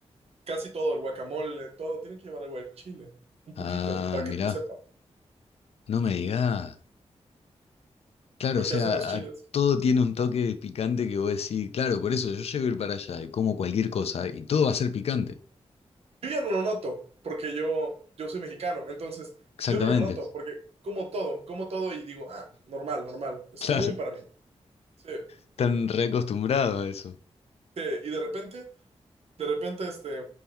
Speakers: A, on the right (about 65°); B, on the left (about 65°).
A: casi todo, el guacamole, todo, tiene que llevar algo de chile. Un poquito,
B: Ah,
A: para que
B: mirá,
A: te sepa
B: no me digas. Claro,
A: lo
B: o sea,
A: que hacen los chiles.
B: a- todo tiene un toque picante que vos decís, claro, por eso yo llego a ir para allá y como cualquier cosa y todo va a ser picante.
A: Yo ya no lo noto, porque yo, yo soy mexicano, entonces
B: Exactamente.
A: yo no lo noto,
B: <laughs>
A: porque como todo, como todo y digo, ah, normal, normal, es
B: Claro,
A: común para mí. Sí,
B: están reacostumbrados a eso.
A: sí, Y de repente, de repente, este,